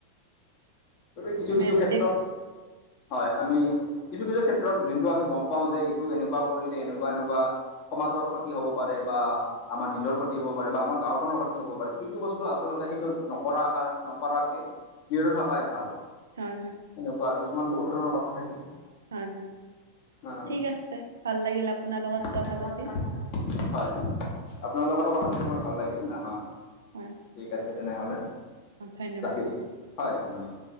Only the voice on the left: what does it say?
গতিকে কিছু
কিছু ক্ষেত্ৰত,
হয় আমি কিছু কিছু ক্ষেত্ৰত যিনটো আমি গম পাওঁ যে, এইটো এনেকুৱা কৰিলে, এনেকুৱা এনেকুৱা সমাজৰ ক্ষতি হ'ব পাৰে বা আমাৰ নিজৰ ক্ষতি হ'ব পাৰে বা আমাৰ গাঁওখনৰ ক্ষতি তি হ'ব পাৰে, সেইটো বস্তু আচলতে সেইটো নকৰা-কাৰ-নকৰাকে <unintelligible> থকাই ভাল।
সেনেকুৱা আৰু কিছুমান বহুত ধৰণৰ কথা থাকে। অ',
ভাল
লাগিল
আপোনাৰ
লগত
কথা পাতি। হয়, আপোনাৰ লগতো কথা পাতি মোৰ ভাল লাগিল। ন', হয়।
ঠিক আছে তেনেহ'লে,
ৰাখিছোঁ। হয়, ধন্যবাদ।